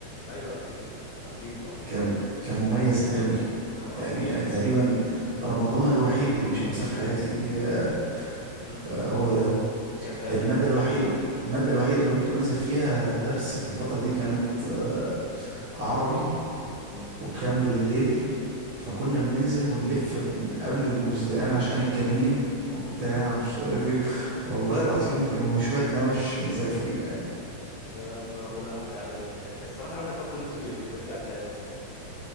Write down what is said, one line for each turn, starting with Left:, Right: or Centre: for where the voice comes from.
Left: ايوه اكيد طبعا اكيد طبعا
Right: كان كان مميز قوي
Left: آه،
Right: يعني
Left: ما فيش
Right: آه، تقريبا
Left: مم.
Right: رمضان الوحيد اللي مش هنساه في حياتي آه،
Left: <laughs>
Right: هو ده
Left: كانت ايام
Right: المادة
Left: حلوة
Right: الوحيدة المادة الوحيدة اللي كنت بنزل فيها درس في الفترة دي كانت آه، عربي
Left: مم.
Right: وكان بالليل فكنا بننزل ونلف من قبل المزلقان عشان الكمين وبتاع
Left: <laughs>
Right: ومش عارف ايه والله العظيم كانوا شوية نوش زي الفل يعني
Left: يا عم ربنا يلحق. يعني الصراحة الواحد برضه نفسه يرجع للأيام دي